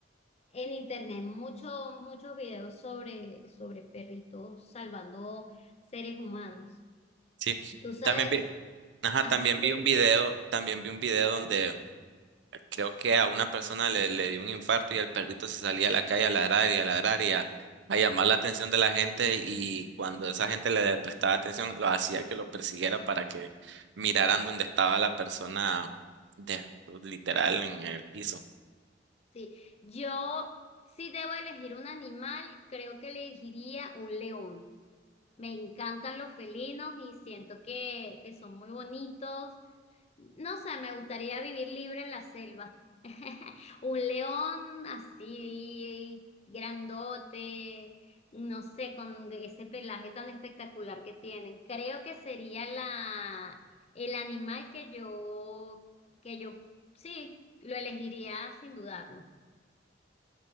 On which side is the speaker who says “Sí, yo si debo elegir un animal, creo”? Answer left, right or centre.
Left